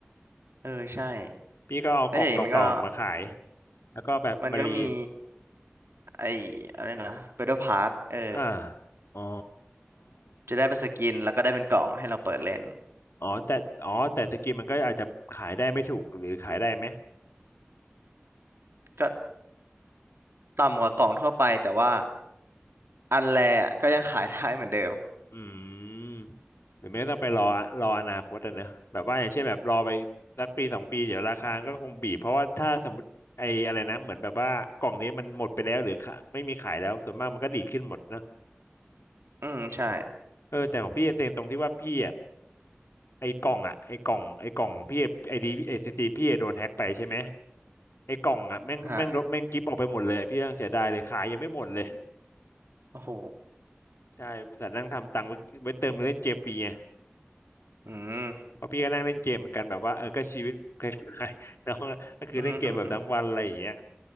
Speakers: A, on the right (about 65°); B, on the left (about 70°).
A: เออใช่
B: พี่ก็เอากล่องเก่าๆมาขาย
A: แล้วเดี๋ยวนี้มันก็
B: แล้วก็แบบมารี
A: มันก็มีไอ้อะไรนะ Battle Pass เออ
B: อ่าอ๋อ
A: จะได้เป็นสกินแล้วก็ได้เป็นกล่องให้เราเปิดเล่น
B: อ๋อแต่อ๋อแต่สกินมันก็อาจจะขายได้ไม่ถูกหรือขายได้ไหม
A: ก็ต่ำกว่ากล่องทั่วไปแต่ว่าอันแรกก็ยังขายได้เหมือนเดิม
B: อืมหรือไม่ก็ต้องไปรอรออนาคตอะเนอะแบบว่าอย่างเช่นแบบรอไปสักปีสองปีเดี๋ยวราคาก็คงบีบเพราะว่าถ้าสมมติไอ้อะไรนะเหมือนแบบว่ากล่องนี้มันหมดไปแล้วหรือขาไม่มีขายแล้วส่วนมากมันก็ดีดขึ้นหมดเนอะ
A: อืมใช่
B: เออแต่ของพี่เซ็งตรงที่ว่าพี่อะไอ้กล่องอะไอ้กล่องไอ้กล่องพี่ไอ้ดีไอ้ซีซีพี่อะโดนแฮ็กไปใช่ไหมไอ้กล่องอะแม่งแม่งลบแม่งกิฟต์ออกไปหมดเลยพี่ยังเสียดายเลยขายยังไม่หมดเลย
A: ฮะโอ้โห
B: ใช่บริษัทนั่งทำตังค์ไว้ไว้เติมเล่นเกมฟรีไง
A: อืม
B: เพราะพี่ก็นั่งเล่นเกมเหมือนกันแบบว่าเออก็ชีวิตคล้ายๆ <laughs> น้องก็คือเล่นเกมแบบทั้งวันอะไรอย่างเงี้ย
A: <laughs> อืม